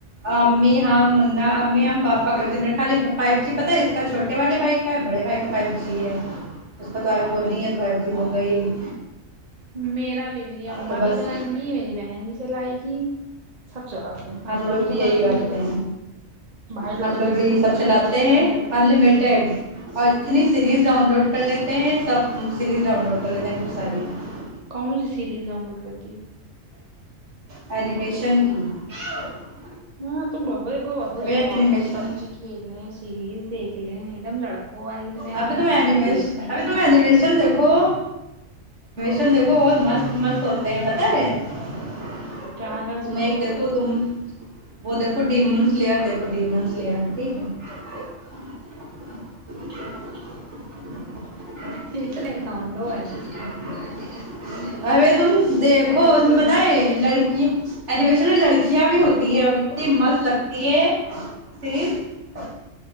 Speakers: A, on the right; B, on the right.
A: امی ہمنا امی ہم پاپا خ فو جی پتا ہے اس کا چھوٹے والے بھائی کا <unintelligible> بڑے بھائی مقائی جی ہے <unintelligible> پ ہو نہیںنی ہے دووائائی جی ہو گئیی <unintelligible>
B: میرا بھی میری امما
A: تو بس
B: بھی چلیں گی میری بہن بھی چلائے گی سب چلاتے ہیں
A: ہم
B: ابا
A: لوگ
B: بھی چلاتے
A: یہی کرتے
B: ہیں میرے بھائی لوگ
A: ہم
B: کا ڈڑھ جی
A: سب
B: بھی تو
A: چلاتے
B: ان کا بھی ختم
A: ہیں
B: ہو جاتا
A: انلمیٹیڈ
B: ہے <unintelligible>
A: اور جتنی سیریز ڈاؤن لوڈ کر لیتے ہیں سب سیریز ڈاؤن لوڈ کر لیتے ہیں خب ساری <unintelligible>
B: کامن سیریز ڈاؤنلوڈ کرتی <unintelligible>
A: اینیمیشن کی <unintelligible>
B: ہاں تو بہت کو بہت
A: ابھی
B: شوق
A: اینیمیشن
B: ہے کہ پب جی کھیل لے سیریز دیکھ لیں ایک دم لڑکوں <unintelligible> تمہیں
A: ابھی تم اینیمیش
B: مطلب دیکھنے ایکنے
A: ابھی
B: میں
A: تم
B: عادت
A: اینیمیشن
B: ہے
A: دیک <unintelligible> کوش <unintelligible> یکھو بہت مست مست ہو <unintelligible> بت ہے <unintelligible>
B: کیا ہے اس
A: تم ایک دیکھو تم <unintelligible> وہ تو کڈی منس لیا د کڈی منس لیا ہے <unintelligible> ج <unintelligible>
B: میں لونڈو والی
A: ار تم دیکھو
B: لڑکے
A: تم
B: کو
A: بت ہے لڑکیاں <unintelligible> ایڈوکیشن میں لڑکیاں بھی ہوتی ہیں <unintelligible> ت مس لگتا ہے <unintelligible> تے صریف <unintelligible>